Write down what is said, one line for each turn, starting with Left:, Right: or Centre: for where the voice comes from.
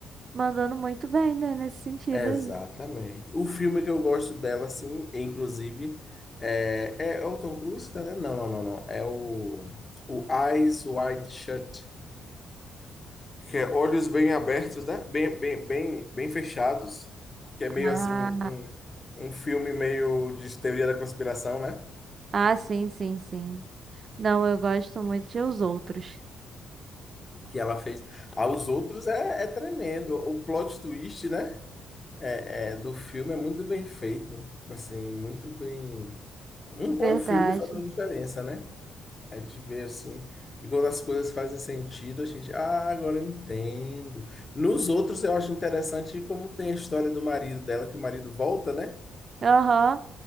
Right: mandando muito bem, né, nesse sentido
Left: Exatamente.
Right: aí.
Left: O filme que eu gosto dela, assim, é, inclusive, é, é o Tom Cruise, né? Não, não, não, não. É o, o Eyes Wide Shut, que é olhos bem abertos, né? Bem, bem, bem, bem fechados, que é
Right: Ah,
Left: meio assim um, um, um filme meio de teoria da conspiração, né?
Right: ah, sim, sim, sim. Não, eu gosto muito de Os Outros.
Left: que ela fez. Aos outros é, é tremendo. O plot twist, né? É, é, do filme é muito bem feito. Assim, muito bem. Um
Right: Verdade.
Left: bom filme faz uma diferença, né? A gente vê assim. E quando as coisas fazem sentido, a gente, ah, agora eu entendo. Nos outros, eu acho interessante como tem a história do marido dela, que o marido volta, né?
Right: Aham.